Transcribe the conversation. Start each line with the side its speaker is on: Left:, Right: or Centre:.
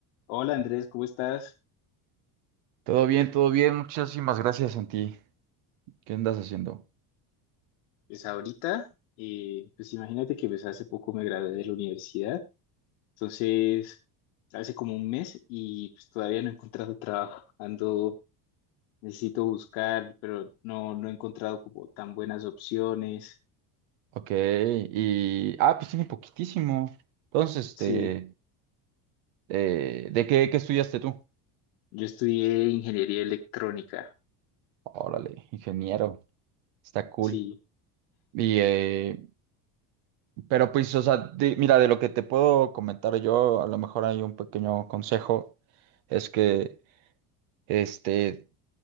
Left: Hola Andrés, ¿cómo estás?
Right: Todo bien, todo bien. Muchísimas gracias, Santi. ¿Qué andas haciendo?
Left: Pues ahorita, eh, pues imagínate que pues hace poco me gradué de la universidad, entonces hace como un mes y pues todavía no he encontrado <laughs> trabajo, ando, necesito buscar, pero no, no he encontrado como tan buenas opciones.
Right: Ok, y... Ah, pues tiene poquitísimo. Entonces, este...
Left: Sí,
Right: eh, ¿de qué, qué estudiaste tú?
Left: yo estudié ingeniería electrónica,
Right: Órale, ingeniero. Está cool.
Left: sí,
Right: Y, eh, pero pues, o sea, de- mira, de lo que te puedo comentar yo, a lo mejor hay un pequeño consejo, es que, este,